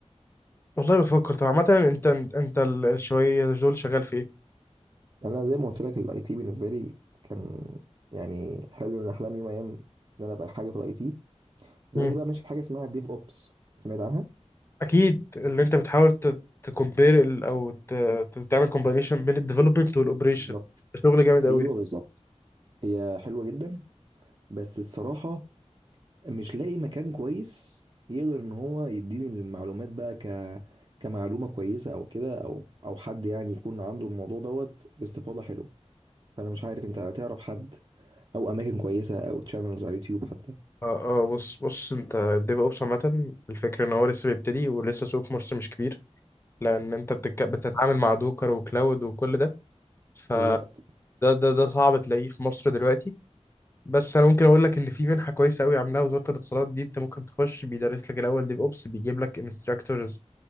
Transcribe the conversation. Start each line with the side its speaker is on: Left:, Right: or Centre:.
Left: والله بفكر طب عامة انت انت ال- الشوية دول شغال في ايه؟
Right: انا زي ما قلت لك الاي تي بالنسبه لي كان يعني حلم من احلام يوم من الايام ان انا ابقى حاجه في الاي تي دلوقتي
Left: مم.
Right: بقى ماشي في حاجه اسمها ديف اوبس سمعت عنها
Left: اكيد اللي انت بتحاول تكومبير او ت- ت- تعمل كومبينيشن بين الديفلوبمنت والاوبريشن
Right: بالظبط
Left: شغل جامد
Right: ايوه
Left: قوي ده.
Right: بالظبط هي حلوه جدا بس الصراحه مش لاقي مكان كويس يقدر ان هو يديني المعلومات بقى ك كمعلومه كويسه او كده او او حد يعني يكون عنده الموضوع دوت باستفاضه حلوه فانا مش عارف انت هتعرف حد او اماكن كويسه او تشانلز على اليوتيوب حتى
Left: اه اه بص بص انت الديف اوبس عامة الفكرة ان هو لسه بيبتدي ولسه سوق في مصر مش كبير لان انت بتك... بتتعامل مع دوكر وكلاود وكل ده فده
Right: بالظبط
Left: ده ده صعب تلاقيه في مصر دلوقتي بس انا ممكن اقول لك ان في منحه كويسه قوي عاملاها وزاره الاتصالات دي انت ممكن تخش بيدرس لك الاول ديف اوبس بيجيب لك انستراكتورز